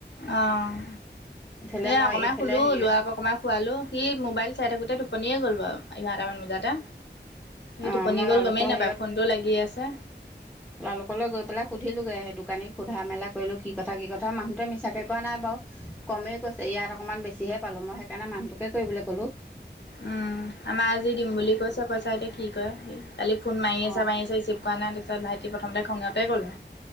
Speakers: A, on the left (about 75°); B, in the centre.
A: অ'।
B: ইফালে
A: এ
B: মই
A: অকণমান
B: এইফালে
A: শুলো
B: হেৰি
A: ল'ৰাক অকণমান শুৱালো সি মোবাইল চাই থাকোতে টোপনিয়ে গ'ল বাৰু। এঘাৰটামান বজাতে, এই
B: অ
A: টোপনি
B: মই লালুকৰ
A: গ'ল গমেই নাপায়
B: হেৰিয়ত
A: ফোনটোও লাগি আছে।
B: লালুকলৈ গৈ পেলাই সুধিলোগে সেই দোকানীক সোধা মেলা কৰিলো কি কথা কি কথা? তাৰ মানুহটোৱে মিছাকে কোৱা নাই বাৰু, কমেই কৈছে ইয়াত অকণমান বেছিহে পালো মই সেইকাৰণে মানুহটোকে কৰিবলৈ ক'লো।
A: উম, আমাৰ আজি দিম বুলি কৈছে পইচা এতিয়া কি কৰে! কালি ফোন মাৰি আছে
B: অ
A: মাৰি আছে ৰিচিভ কৰা নাই তাৰপছত ভাইটি প্ৰথমতে খঙতে ক'লে।